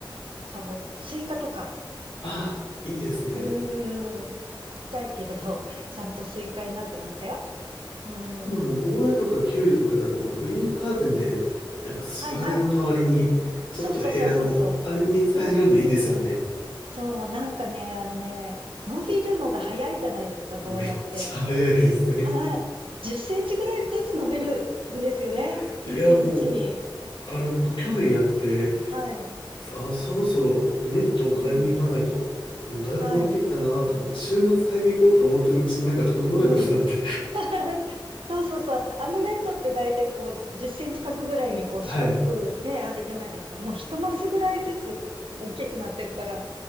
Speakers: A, on the right; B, on the left.
A: かぼ、スイカとか。
B: ああ、
A: うん。
B: いいですね。
A: うーん。ちっちゃいけど、<laughs> ちゃんとスイカになってましたよ。うーん。
B: でもあの、ゴーヤとかキュウリとかであの、グリーンカーテンで、
A: うん。
B: なんかすだれの代わりに、
A: はいはい。
B: ちょっと部屋の、
A: そうそうそうそうそう。
B: あれに使えるんでいいですよね。
A: ね。そう、なんかね、あのね、伸びるのが早いじゃないですか、
B: めっちゃ早いですね。
A: ゴーヤって。はい。10センチぐらいずつ伸びるんですよね。
B: <laughs>
A: 1日にちに。
B: いや、もう、あれ僕去年やって、
A: はい。
B: あ、そろそろネットを買いに行かないと、
A: うん。
B: うんだいぶ伸びてきたなと思って、
A: はい。
B: 週末買いに行こうと思ってるうちになんかとんでもないことになって。
A: うん。<laughs> そうそうそう。あのネットって大体こう、10センチ角ぐらいにこう、
B: <laughs> はい。
A: 四角くね、あれじゃないですか。もう一マスぐらいずつ大きくなっていくから、